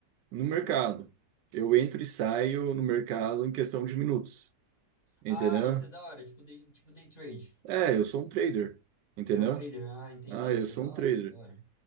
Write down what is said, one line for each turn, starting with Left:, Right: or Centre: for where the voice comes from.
Right: no mercado. Eu entro e saio no mercado em questão de minutos, entendeu?
Left: Ah, isso é da hora, tipo day, tipo day trade.
Right: É, eu sou um trader, entendeu?
Left: Você é um trader. Ah, entendi,
Right: Ah, eu
Left: isso
Right: sou
Left: é da
Right: um trader.
Left: hora, isso é da hora.